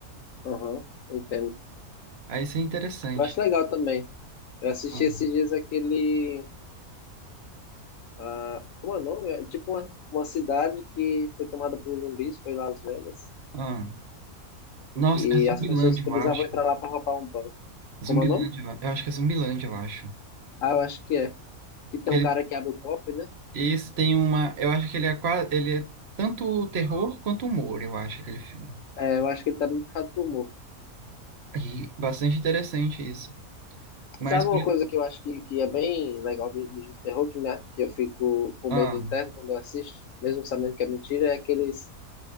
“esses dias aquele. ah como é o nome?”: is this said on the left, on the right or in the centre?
Left